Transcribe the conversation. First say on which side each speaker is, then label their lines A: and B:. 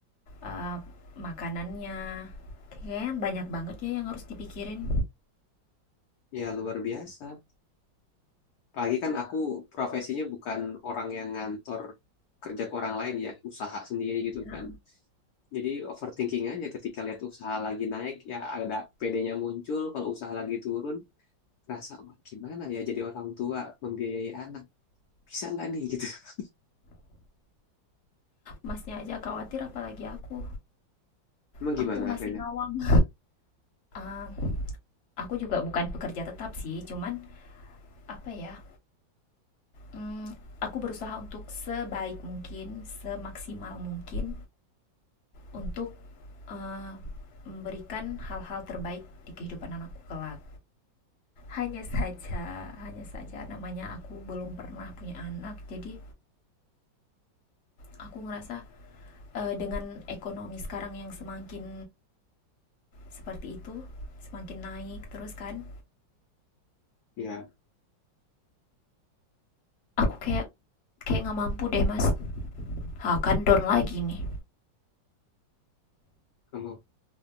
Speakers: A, on the left; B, on the left.
A: eh, makanannya kayaknya banyak banget ya yang harus dipikirin
B: ya luar biasa. Apalagi kan aku profesinya bukan orang yang ngantor kerja ke orang lain ya, usaha sendiri gitu
A: Ya,
B: kan. Jadi overthinking aja ketika lihat usaha lagi naik ya ada PD-nya muncul, kalau usaha lagi turun rasa "Wah, gimana ya jadi orang tua membiayai anak. Bisa nggak nih gitu. <laughs>
A: masnya aja khawatir apalagi aku
B: Emang gimana
A: aku masih
B: Rena?
A: ngawang Ah, aku juga bukan pekerja tetap sih cuman apa ya Mmm, aku berusaha untuk sebaik mungkin, semaksimal mungkin untuk, eee, memberikan hal-hal terbaik di kehidupan anakku kelak. Hanya saja hanya saja namanya aku belum pernah punya anak, jadi aku ngerasa, eee, dengan ekonomi sekarang yang semakin seperti itu, semakin naik terus kan,
B: Ya,
A: aku kayak kayak nggak mampu deh Mas. akan down lagi nih.
B: kamu